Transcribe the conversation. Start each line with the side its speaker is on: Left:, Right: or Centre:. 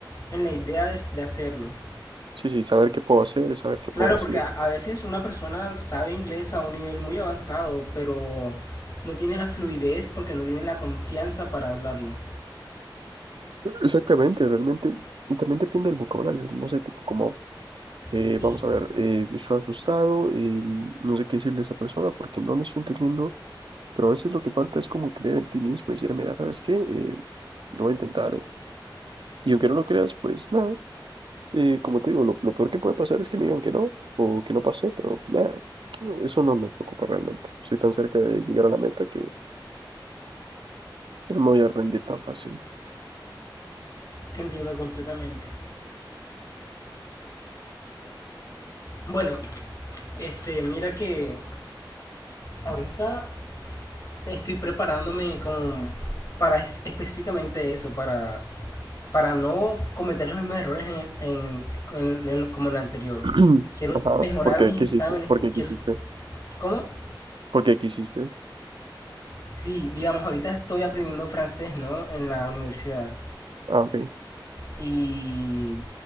Left: en la idea de, de hacerlo.
Right: Sí, sí, saber qué puedo hacer y saber qué
Left: Claro,
Right: puedo recibir.
Left: porque a, a veces una persona sabe inglés a un nivel muy avanzado, pero no tiene la fluidez porque no tiene la confianza para hablarlo.
Right: Exactamente, realmente. y También depende del vocabulario. No sé, tipo como, eh,
Left: Sí,
Right: vamos a ver, eh, estoy asustado, eh, no sé qué decirle a esa persona porque no le estoy entendiendo, pero a veces lo que falta es como creer en ti mismo y decir, mira, ¿sabes qué? Eh, lo voy a intentar. eh". Y aunque no lo creas, pues nada, eh, como te digo, lo, lo peor que puede pasar es que me digan que no o que no pasé, pero nada, eso no me preocupa realmente. Soy tan cerca de llegar a la meta que que no me voy a rendir tan fácil.
Left: te entiendo completamente. Bueno, este, mira que ahorita estoy preparándome como para es- específicamente eso, para, para no cometer los mismos errores en, en- en- en- como en el anterior.
Right: <clears throat>
Left: Quiero
Right: Ajá,
Left: mejorar
Right: ¿por qué
Left: mis
Right: quisiste?
Left: exámenes,
Right: ¿Por
Left: qui-
Right: qué
Left: quiero...
Right: quisiste?
Left: ¿Cómo?
Right: ¿Por qué quisiste?
Left: Sí, digamos, ahorita estoy aprendiendo francés, ¿no? En la universidad.
Right: Ah, ok.
Left: Y